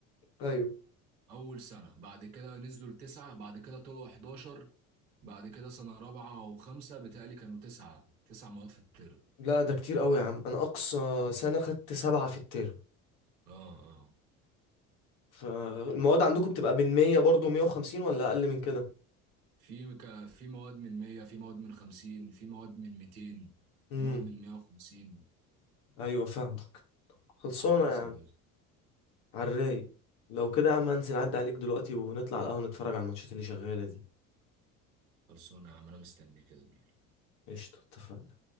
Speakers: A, on the left; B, on the right.
A: ايوه
B: اول سنه بعد كده نزلوا لتسعه بعد كده طلعوا 11 بعد كده سنه رابعه وخمسه بتهيألي كانوا تسعه تسع مواد في الترم
A: لا ده كتير قوي يا عم انا اقصى سنه خدت سبعة في الترم
B: اه اه
A: فالمواد عندكم بتبقى من 100 برضه 150 ولا اقل من كده
B: في ك- في مواد من 100 في مواد من 50 في مواد من 200
A: امم
B: في مواد من 150
A: ايوه فاهمك خلصانه
B: على حسب
A: يا عم
B: يا أخي.
A: على الرايق لو كده يا عم هنزل عدى عليك دلوقتي ونطلع على القهوه نتفرج على الماتشات اللي شغاله دي
B: خلصونا يا عم انا مستنيك يا زميلي
A: قشطة اتفقنا